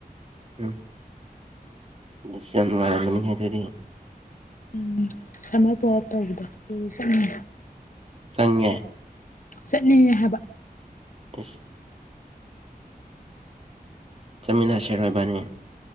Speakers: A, on the right; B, on the left.
A: ꯎꯝ ꯗꯤꯁꯋꯥꯔꯅꯅꯤ ꯍꯥꯏꯗꯤ
B: ꯎꯝ ꯁꯝꯃꯔ ꯄꯣ ꯑꯞ ꯇꯧꯕꯗꯣ ꯑꯗꯨ ꯆꯠꯅꯤꯡꯉꯤ
A: ꯆꯪꯉꯦ
B: ꯆꯠꯅꯤꯡꯉꯦ ꯍꯥꯏꯕ
A: ꯀꯁ ꯆꯥꯃꯤꯟꯅꯁꯦꯔꯣꯏꯕꯅꯤ